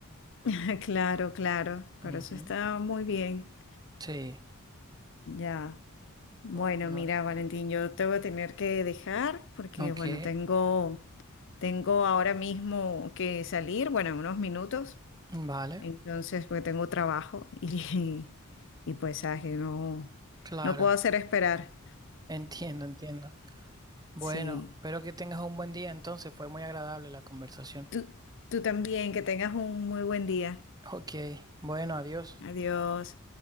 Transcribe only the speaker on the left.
<laughs> Claro, claro, pero
eso está muy bien.
Ya. Bueno,
mira, Valentín, yo te voy a tener que dejar porque,
bueno, tengo, tengo ahora mismo que salir, bueno, en unos minutos,
entonces, porque tengo trabajo y, <laughs> y pues, sabes que no,
no puedo hacer esperar.
Sí.
Tú, tú también, que tengas un muy buen día.
Adiós.